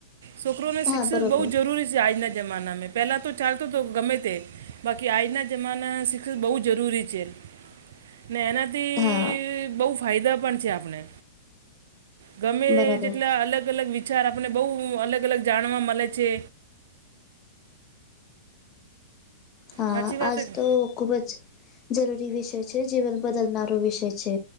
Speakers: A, on the right (about 60°); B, on the left (about 30°).
A: છોકરોને શિક્ષણ
B: હા બરોબર
A: બહુ જરૂરી છે, આજના જમાનામાં પહેલાં તો ચાલતું તો ગમેતે, બાકી આજના જમાના શિક્ષણ બહુ જરૂરી છે. ને એનાથી
B: હા
A: બહુ ફાયદા પણ છે આપણને. ગમે
B: બરાબર
A: જેટલા અલગ અલગ વિચાર આપને બહુ અલગ અલગ જાણવા મળે છે.
B: હ
A: સાચી વાત
B: આજ
A: હે કે
B: તો ખુબ જ જરૂરી વિષય છે જીવન બદલનારો વિષય છે.